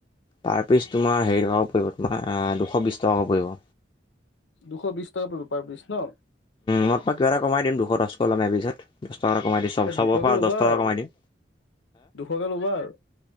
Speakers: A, on the left; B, on the left.
A: পাৰ পিচ তোমাৰ হেৰি টকাকৈ পৰিব তোমাৰ দুশ বিশ টকাকৈ পৰিব
B: দুশ বিশ টকা পৰি পাৰ পচ ন
A: মই পাক কিবা এটা কমাই দিম দুশ দশ লমে পিছত দহ টকা এটা কমাই দিমব
B: এ দুশকে
A: চবৰ পৰা
B: ল'বা
A: দহ টকা
B: আৰু
A: কমাই দিম
B: দুশকে ল'বা আৰু